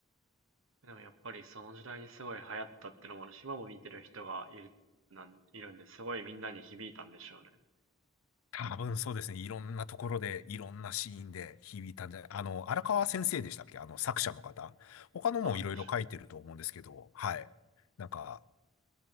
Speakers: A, on the right; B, on the left.
A: でもやっぱりその時代にすごい流行ったってのもあるし、今も見てる人がいる、なん、いるんで、すごいみんなに響いたんでしょうね。
B: 多分そうですね。いろんなところで、いろんなシーンで響いたんじゃない、あの、荒川先生でしたっけあの、作者の方。他のもいろいろ書いてると思うんですけど、
A: ああ、確か。
B: はい。なんか、